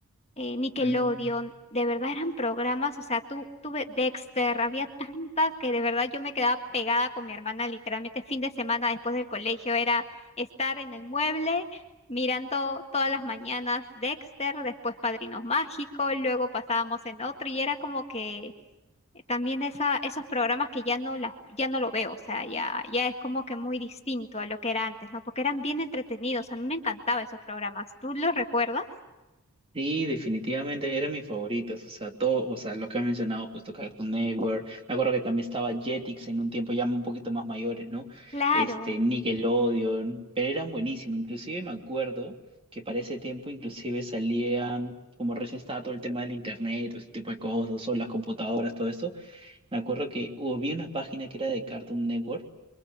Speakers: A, on the left; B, on the right.
A: eh, Nickelodeon,
B: Mm.
A: de verdad eran programas, o sea, tú tuve Dexter, había tantas que de verdad yo me quedaba pegada con mi hermana, literalmente fin de semana después del colegio era estar en el mueble mirando todas las mañanas Dexter, después Padrinos Mágicos, luego pasábamos en otro y era como que eh, también esa, esos programas que ya no la- ya no lo veo, o sea, ya, ya es como que muy distinto a lo que era antes, ¿no? Porque eran bien entretenidos, a mí me encantaban esos programas, ¿tú los recuerdas?
B: Sí, definitivamente eran mis favoritos, o sea, todo, o sea, los que han mencionado justo Cartoon Network, me acuerdo que también estaba Jetix en un tiempo ya un poquito más mayores, ¿no?
A: Claro.
B: Este, Nickelodeon, pero eran buenísimos, inclusive me acuerdo que para ese tiempo inclusive salía, como recién estaba todo el tema del internet, todo ese tipo de cosas, o las computadoras, todo eso, me acuerdo que había una página que era de Cartoon Network